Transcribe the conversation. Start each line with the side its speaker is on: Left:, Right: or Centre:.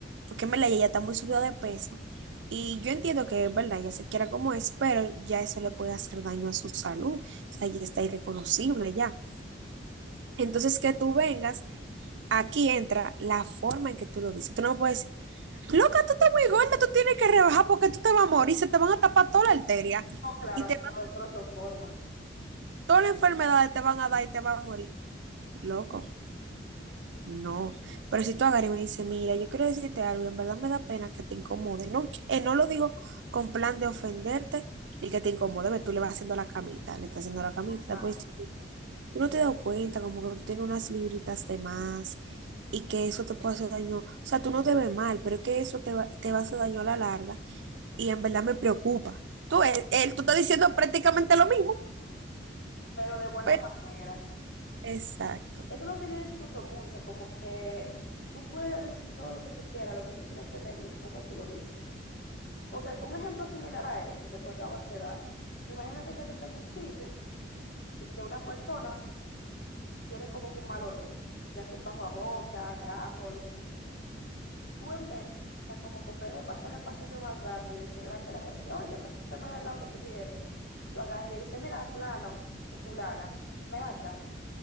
Right: porque en verdad ella está muy subida de peso, y yo entiendo que es verdad, ella se quiera como es, pero ya eso le puede hacer daño a su salud, o sea, ya está irreconocible ya. Entonces, que tú vengas aquí entra la forma en que tú lo dices. Tú no puedes decir, loca, tú estás muy gorda, tú tienes que rebajar porque tú te vas a morir, se te van a tapar toda la arteria
Left: No, claro,
Right: y
Left: así
Right: te van,
Left: no, solo son formas.
Right: todas las enfermedades te van a dar y te vas a morir. Loco, no. Pero si tú agarras y me dices, mira, yo quiero decirte algo, en verdad me da pena que te incomode. No, eh, no lo digo con plan de ofenderte y que te incomode, ve, tú le vas haciendo la camita, le estás haciendo la camita,
Left: Ajá.
Right: después tú no te das cuenta como que tú tienes unas libritas de más y que eso te puede hacer daño. O sea, tú no te ves mal, pero es que eso te va, te va a hacer daño a la larga y en verdad me preocupa. Tú, él, él- tú estás diciendo prácticamente lo mismo,
Left: pero de buena
Right: pero
Left: manera.
Right: exacto.
Left: Eso es lo que yo discuto mucho, como que tú puedes decir todo lo que tú quieras, lo que tú tienes que medir, cómo tú lo dices. Porque un ejemplo similar a ese que tú acabas de dar, imagínate que tú estás en un sitio y que una persona tiene como que un mal olor, ya sea un bajo a boca, grajo, lo que tú quieras. Tú en vez, o sea, como que en vez de pasarle pase ese mal rato y decirle delante a la gente, oye, me quítame del lado que tú quieres, tú agarras y le dices, mira, fulano o fulana, ven acá